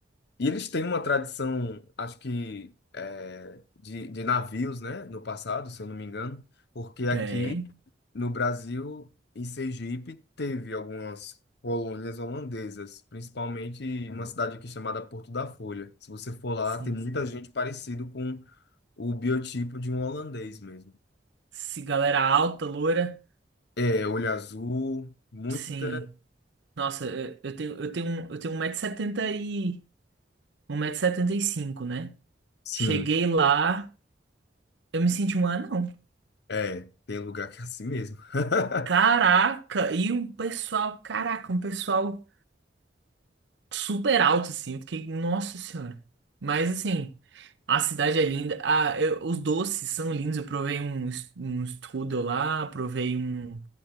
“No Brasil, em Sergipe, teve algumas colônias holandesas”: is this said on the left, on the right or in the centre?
Left